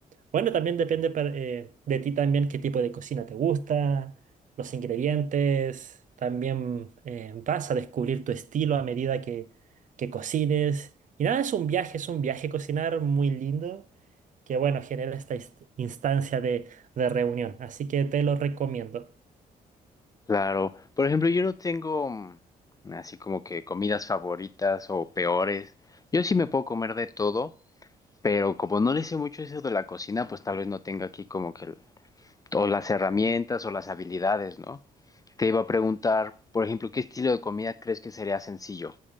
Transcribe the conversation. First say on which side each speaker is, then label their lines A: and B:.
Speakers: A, on the right (about 55°); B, on the left (about 20°).
A: Bueno, también depende per- eh, de ti también qué tipo de cocina te gusta, los ingredientes. También eh, vas a descubrir tu estilo a medida que, que cocines. Y nada, es un viaje, es un viaje cocinar muy lindo que, bueno, genera esta inst- instancia de, de reunión. Así que te lo recomiendo.
B: Claro, por ejemplo, yo no tengo mm, así como que comidas favoritas o peores. Yo sí me puedo comer de todo, pero como no le sé mucho eso de la cocina, pues tal vez no tenga aquí como que el- o las herramientas o las habilidades, ¿no? Te iba a preguntar, por ejemplo, ¿qué estilo de comida crees que sería sencillo